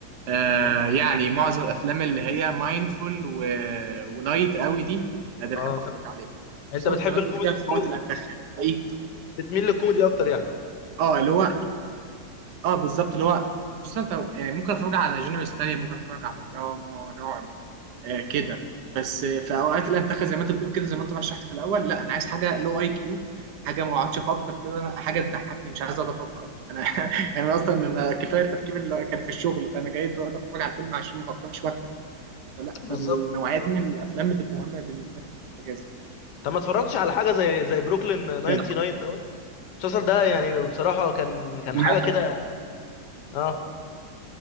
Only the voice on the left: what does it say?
اه
اه انت
بت-
انت
بتحب
الكوميدي
الكوميدي
بتميل للكوميدي اكتر يعني
آه.
بالظبط بالظبط
طب ما اتفرجتش على حاجه زي زي بروكلين 99
ده المسلسل ده يعني بصراحه كان كان
حاجه كده اه